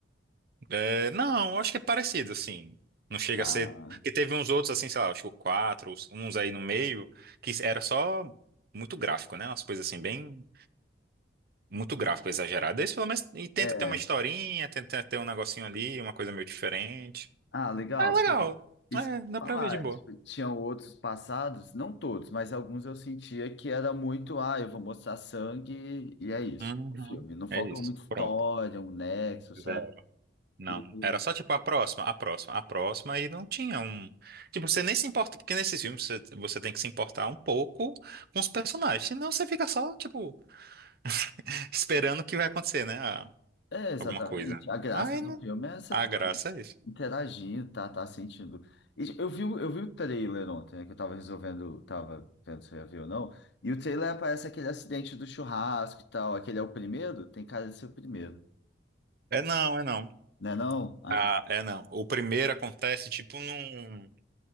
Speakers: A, on the right; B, on the left.
A: é, não, eu acho que é parecido, assim. Não chega
B: Tá.
A: a ser. Porque teve uns outros, assim, sei lá, acho que o 4 uns aí no meio, que era só muito gráfico, né? Umas coisas assim, bem muito gráfico exagerado. Esse pelo menos e tenta
B: É.
A: ter uma historinha, tenta ter um negocinho ali, uma coisa meio diferente.
B: Ah, legal.
A: É legal.
B: porque Isso
A: É,
B: que eu
A: dá
B: ia falar.
A: pra ver de boa.
B: Tipo, tinham outros passados, não todos, mas alguns eu sentia que era muito, ah, eu vou mostrar sangue e é isso.
A: Uhum.
B: é O filme. Não faltou
A: É isso.
B: uma história,
A: Pronto.
B: um nexo, sabe?
A: Zero. Não,
B: E
A: era só tipo a próxima, a próxima, a próxima, e não tinha um. Tipo, você nem se importa, porque nesses filmes você, você tem que se importar um pouco com os personagens, senão você fica só, tipo, <laughs> esperando que vai acontecer, né? Ah,
B: É, exatamente.
A: Alguma coisa.
B: A graça
A: Aí
B: do
A: não.
B: filme é você
A: A
B: tá
A: graça é isso.
B: interagindo, tá, tá sentindo. E Eu vi, o- eu vi o trailer ontem, né, que eu tava resolvendo, tava vendo se eu ia ver ou não. E o trailer aparece aquele acidente do churrasco e tal. Aquele é o primeiro? Tem cara de ser o primeiro.
A: É não, é não.
B: Não é não? Ah,
A: Ah,
B: então.
A: é não. O primeiro acontece, tipo, num.